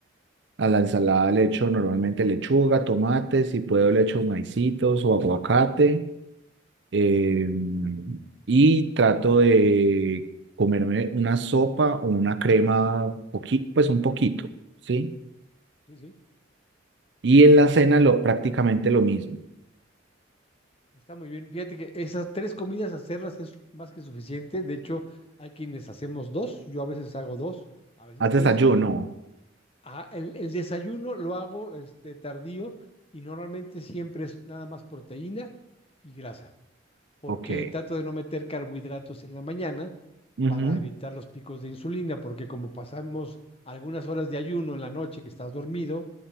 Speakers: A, on the right; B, on the left.
A: A la ensalada
B: Sí,
A: le echo normalmente lechuga, tomates, si puedo le echo maicitos o aguacate. eh, y trato de comerme una sopa o una crema, poqui- pues un poquito, ¿sí?
B: sí, sí.
A: Y en la cena lo, prácticamente lo mismo.
B: Está muy bien. Fíjate que esas tres comidas hacerlas es más que suficiente. De hecho, hay quienes hacemos dos. Yo a veces hago dos, a veces
A: ¿Haz
B: tres.
A: desayuno?
B: Ah, el, el desayuno lo hago este, tardío y normalmente siempre es nada más proteína y grasa, porque
A: Ok.
B: trato de no meter carbohidratos en la mañana
A: Ujú,
B: para evitar los picos de insulina, porque como pasamos algunas horas de ayuno en la noche que estás dormido,